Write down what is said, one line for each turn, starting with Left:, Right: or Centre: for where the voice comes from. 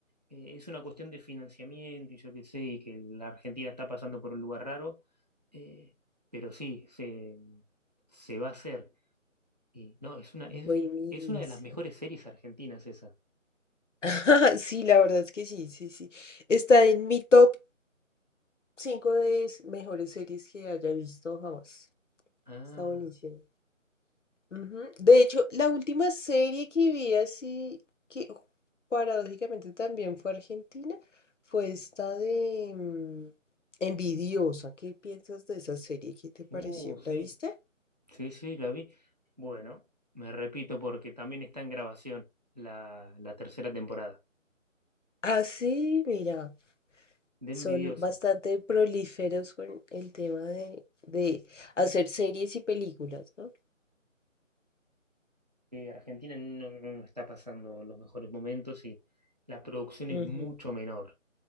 Right: Eh, es una cuestión de financiamiento y yo qué sé, y que la Argentina está pasando por un lugar raro, eh, pero sí, se, se va a hacer. Y no, es una, es,
Left: Buenísimo.
Right: es una de las mejores series argentinas esa.
Left: <laughs> Sí, la verdad es que sí, sí, sí. Está en mi top 5 de s- mejores series que haya visto jamás.
Right: Ah,
Left: Está buenísimo. Ujú. De hecho, la última serie que vi así, que paradójicamente también fue argentina, fue esta de mm, Envidiosa. ¿Qué piensas de esa serie? ¿Qué te pareció?
Right: uh, sí,
Left: ¿La viste?
Right: sí, sí, la vi. Bueno, me repito porque también está en grabación la, la tercera temporada.
Left: Ah, sí, mira,
Right: De envidiosa.
Left: son bastante prolíferos con el tema de, de hacer series y películas, ¿no?
Right: Eh, Argentina no, no no está pasando los mejores momentos y la producción es
Left: Ujú.
Right: mucho menor,